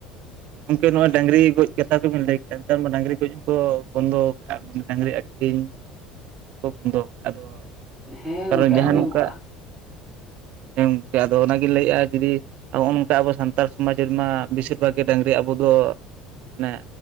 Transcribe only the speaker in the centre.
ᱦᱮᱸ ᱜᱚᱢᱠᱮ
ᱟᱸᱡᱚᱢᱚᱜ
ᱠᱟᱱᱟ